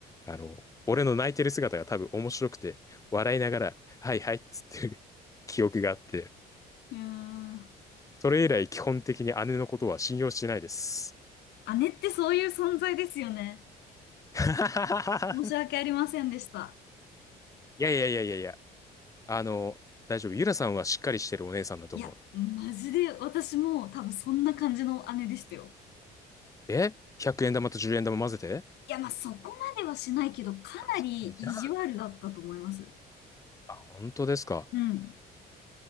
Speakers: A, on the left; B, on the left.
A: う、あの、俺の泣いてる姿が多分面白くて、笑いながら、はいはいっつってる <laughs> 記憶があって、
B: いや
A: それ以来基本的に姉のことは信用してないです。
B: ー、姉ってそういう存在ですよね。
A: <laughs>
B: 申し訳ありませんでした。
A: いやいやいやいやいや、あの、大丈夫。ゆらさんはしっかりしてるお姉さんだと思う。
B: いや、マジで私も多分そんな感じの姉でしたよ。
A: え ?100 円玉と10円玉混ぜて
B: いや、まあ、そこまではしないけど、かなり意地悪だったと思います。
A: あ、そこね。じゃあ、あ、本当ですか。
B: うん。